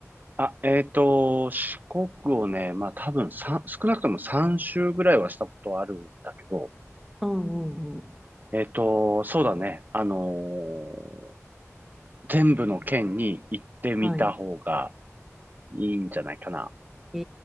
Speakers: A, on the right; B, in the centre.
A: あ、えっと、四国をね、まあ多分三少なくとも3周ぐらいはしたことはあるんだけど、
B: うんうんうん。
A: えっと、そうだね。あのー全部の県に行ってみた方が
B: はい。
A: いいんじゃないかな。
B: え